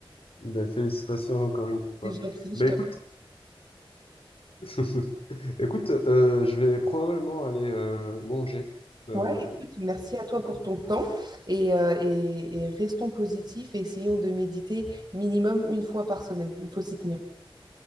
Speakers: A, on the left; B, on the right.
A: Ben, félicitations encore une
B: C'est
A: fois.
B: gentil, je
A: Ben,
B: te...
A: écoute, <laughs> écoute, euh, je vais probablement aller euh, manger. Euh,
B: Ouais, écoute, merci à toi pour ton temps et, euh, et, et restons positifs et essayons de méditer minimum une fois par semaine. Il faut s'y tenir.